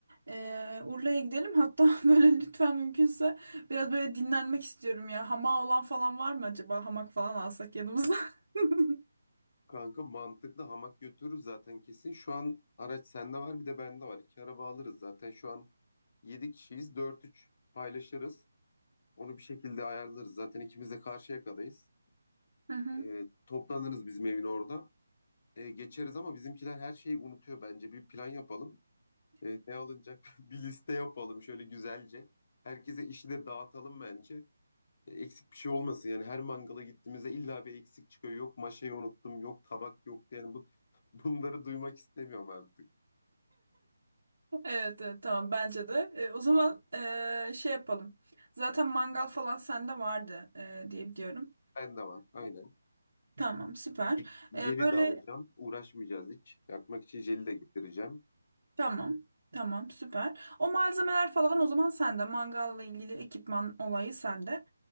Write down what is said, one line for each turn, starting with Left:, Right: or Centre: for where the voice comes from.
Right: E, Urla'ya gidelim. Hatta <laughs> böyle lütfen mümkünse biraz böyle dinlenmek istiyorum ya. Hamağı olan falan var mı acaba? Hamak falan alsak yanımıza. <laughs> <laughs>
Left: Kanka mantıklı hamak götürürüz zaten kesin. Şu an araç sende var bir de bende var. İki araba alırız zaten şu an yedi kişiyiz. dört üç paylaşırız. Onu bir şekilde ayarlarız. Zaten ikimiz de Karşıyaka'dayız.
Right: Hı hı.
Left: Ee, toplanırız bizim evin orada. E, geçeriz ama bizimkiler her şeyi unutuyor. Bence bir plan yapalım. E, ne alınacak <laughs> bir liste yapalım şöyle güzelce. Herkese işi de dağıtalım bence. E, eksik bir şey olmasın. Yani her mangala gittiğimizde illa bir eksik çıkıyor. Yok maşayı unuttum, yok tabak yoktu. Yani bu <laughs> bunları duymak istemiyorum artık.
Right: Evet, evet tamam bence de. E, o zaman e, şey yapalım. Zaten mangal falan sende vardı e, diye biliyorum.
Left: Ben de var. Aynen.
Right: Tamam süper.
Left: E, Jeli
Right: E, böyle
Left: de alacağım. Uğraşmayacağız hiç. Yakmak için jeli de getireceğim.
Right: Tamam. Tamam, süper. O malzemeler falan o zaman sende. Mangalla ilgili ekipman olayı sende.